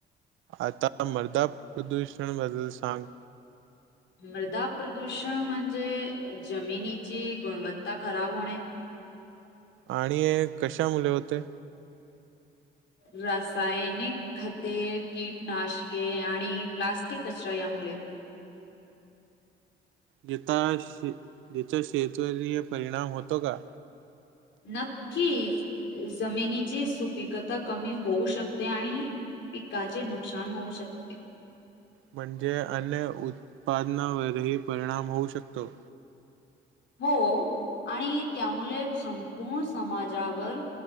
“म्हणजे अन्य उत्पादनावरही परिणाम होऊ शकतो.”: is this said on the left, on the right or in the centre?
Right